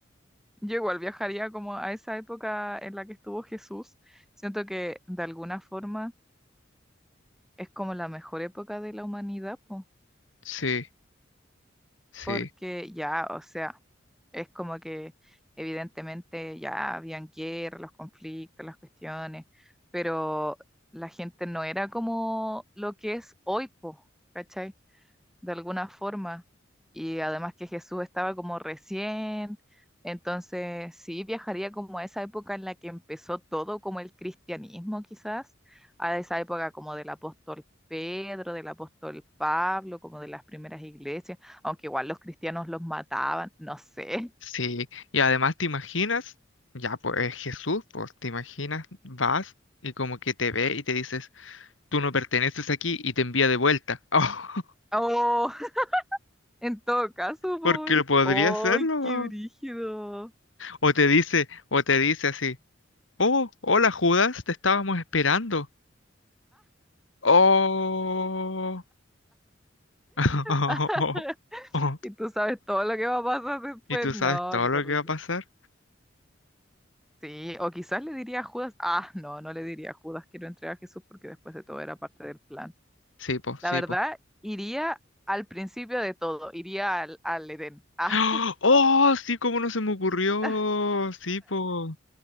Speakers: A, in the centre; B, on the left.
A: Yo igual viajaría como a esa época en la que estuvo Jesús. Siento que de alguna forma es como la mejor época de la humanidad, pues.
B: Sí, sí,
A: porque ya, o sea, es como que evidentemente ya habían guerra, los conflictos, las cuestiones, pero la gente no era como lo que es hoy, po, ¿cachai? de alguna forma. Y además que Jesús estaba como recién, entonces sí viajaría como a esa época en la que empezó todo, como el cristianismo quizás, a esa época como del apóstol Pedro, del apóstol Pablo, como de las primeras iglesias, aunque igual los cristianos los mataban, no sé.
B: sí. Y además te imaginas, ya pues es Jesús, pues te imaginas, vas y como que te ve y te dices, tú no perteneces aquí y te envía de vuelta. <laughs> Oh,
A: Oh, <laughs> en todo caso, por...
B: porque lo podría
A: ¡Ay,
B: hacerlo.
A: qué
B: weón.
A: brígido!
B: O te dice, o te dice así, oh, hola Judas, te estábamos esperando. Oh. <laughs>
A: <laughs> y tú sabes todo lo que va a pasar después.
B: Y tú
A: No,
B: sabes todo
A: qué
B: lo
A: horrible.
B: que va a pasar.
A: Sí, o quizás le diría a Judas, ah, no, no le diría a Judas que lo entregue a Jesús porque después de todo era parte del plan.
B: Sí, pues,
A: La
B: sí,
A: verdad,
B: po.
A: iría al principio de todo, iría al, al Edén. Ah,
B: Oh, ¡Oh! sí, cómo no se me ocurrió.
A: <laughs>
B: Sí, po.